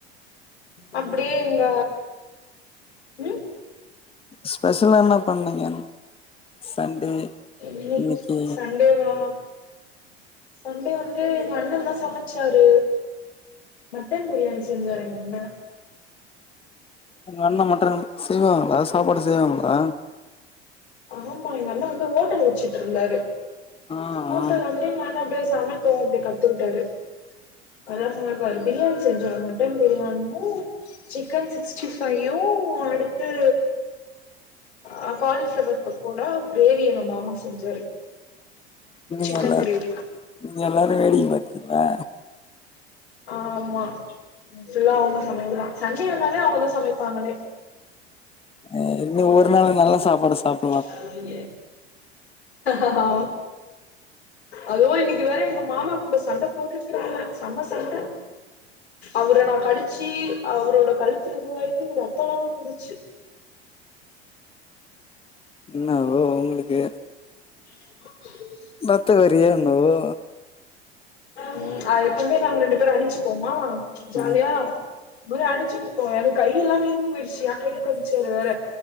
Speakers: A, on the left; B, on the left.
A: அப்படே எங்க ம்
B: ஸ்பெஷலா என்ன பண்ணிங்கன் சண்டே
A: இன்னிக்
B: இன்னைக்கு
A: சண்டேவா சண்டே வந்து எங்கண்ணதா சமைச்சாரு மட்டன் பிரியாணி செஞ்சாரு எங்கண்ண
B: உங்க அண்ணா மட்டன் செய்வாங்களா சாப்பாடு செய்வாங்களா
A: ஆமா எங்க அண்ண வந்து ஹோட்டல் வெச்சுட்ருந்தாரு
B: ஆ
A: ஹோட்டல்
B: ஆ
A: வந் து எங்கண்ண அப்டே சமைக்கவு அப்டே கத்துக்கிட்டாரு நல்லா சமைப்பாரு பிரியாணி செஞ்சா மட்டன் பிரியாணியு சிக்கன் சிக்ஸ்டி ஃபையு அடுத்து ஆ காலிஃபிளவர் பக்கோட க்ரேவி எங்க மாமா செஞ்சாரு
B: நீங்க
A: சிக்கன்
B: எல்லார்
A: கிரேவி
B: நீங்க எல்லாரு வேடிக்க பாத்தீங்ளா
A: ஆமா ஃபுல்லா அவுங்க சமையல்தா சண்டே வந்தாலே அவுங்கதா சமைப்பாங்களே
B: அ இன்னிக் ஒரு நாள்னா நல்லா சாப்பாடு சாப்
A: உ ஆமா அவு இன்னிக்கு வேற எங்க மாமா கூட சண்டை போட்டுட்ருந்த சம்ம சண்ட அவுர நா கடிச்சு அவுரோட கழுத்துல இதுவாயி ரத்தல்லா வந்துரிச்சு
B: இன்னோவோ உங்களுக்கு
A: உ
B: ரத்த வெறியோ இன்னாவோ
A: ம் அ எப்பொதுமே நாங்க ரெண்டு பேரு அடிச்சுப்போமா ஜாலியா
B: ம்
A: இன்மாரி அடிச்சிக்குபோ எனக்கு கை எல்லா வீங்கி போயிருச்சு ஏ கைய கடிச்சாரு வேற